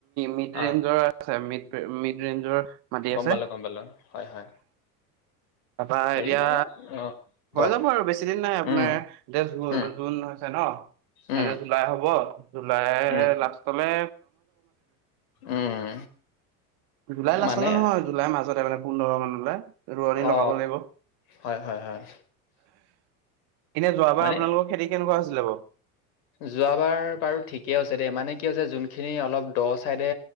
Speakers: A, on the right; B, on the left.
A: মিড
B: আহ
A: ৰেঞ্জৰ আছে মিড মিড ৰেঞ্জৰ মাটি
B: গম
A: আছে।
B: পালো গম পালো হয় হয়
A: তপৰা
B: হেৰি
A: এতিয়া
B: হয় অ
A: হৈ
B: কওক
A: যাব আৰু বেছি দিন নাই আপোনাৰ
B: উম
A: দে
B: উম
A: জুন হৈছে ন
B: উম
A: এয়া জুলাই হ'ব, জুলাই
B: উম
A: লাষ্টলৈ
B: উম
A: <unintelligible> জুলাই লাষ্টলে
B: মানে
A: নহয় জুলাই মাজত মানে পোন্ধৰ মান হ'লে ৰোৱানি
B: অ
A: লগাব লাগিব।
B: হয় হয় হয়
A: এনে যোৱাবাৰ
B: মানে
A: আপোনালোকৰ খেতি কেনেকুৱা হৈছিলে বাৰু।
B: যোৱাবাৰ বাৰু ঠিকেই হৈছে দেই মানে কি হৈছে যোনখিনি অলপ দ চাইডে